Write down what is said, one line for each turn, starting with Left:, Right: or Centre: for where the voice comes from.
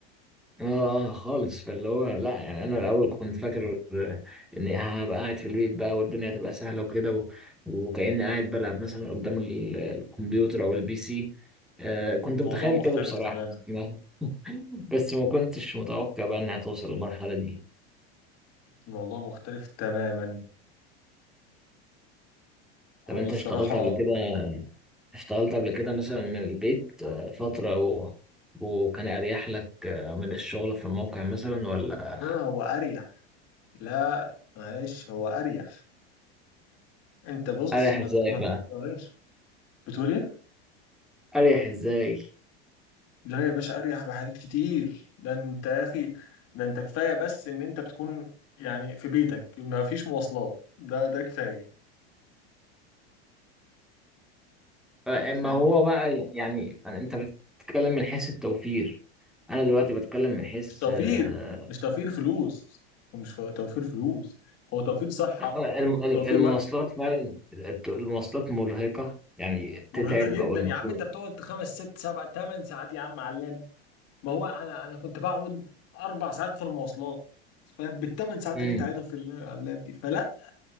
Centre: اه آه، خالص فاللي هو لا يعني انا الاول كنت فاكر آه، اني هبقى قاعد في البيت بقى والدنيا هتبقى سهله وكده و- وكاني قاعد بلعب مثلا قدام ال- الكمبيوتر او البي سي آه، كنت
Left: الموضوع
Centre: متخيل
Left: مختلف
Centre: كده بصراحه
Left: تماما
Centre: <laughs> بس ما كنتش متوقع بقى انها توصل للمرحله دي
Left: الموضوع مختلف تماما هو
Centre: طب انت
Left: الصراحة
Centre: اشتغلت قبل كده اشتغلت قبل كده مثلا من البيت آه، فترة و... وكان أريح لك آه، من الشغل في الموقع مثلا ولا
Left: لا هو أريح لا معلش هو أريح أنت بص
Centre: أريح
Left: ما
Centre: إزاي
Left: ت- ما
Centre: بقى؟
Left: تقارنش بتقول إيه؟
Centre: أريح إزاي؟
Left: لا يا باشا أريح بحاجات كتير ده أنت يا أخي ده أنت كفاية بس إن أنت بتكون يعني في بيتك ما فيش مواصلات ده ده كفاية
Centre: آه،
Left: فاهمني؟
Centre: ما هو بقى يعني يعني أنت بتتكلم من حيث التوفير أنا دلوقتي بتكلم من حيث
Left: مش توفير
Centre: آه،
Left: مش توفير فلوس ومش ف- توفير فلوس هو توفير صحة
Centre: الم- المواصلات
Left: توفير وقت
Centre: فعلا الت- المواصلات مرهقة يعني
Left: مرهقة
Centre: تتعب
Left: جدا
Centre: أو المفروض
Left: يا عم انت بتقعد خمس ست سبع ثمان ساعات يا عم على اللاب ما هو انا انا كنت بقعد اربع ساعات في المواصلات فاهم بالثمان ساعات
Centre: مم.
Left: اللي انت قاعدهم في ال- على اللاب دي فلا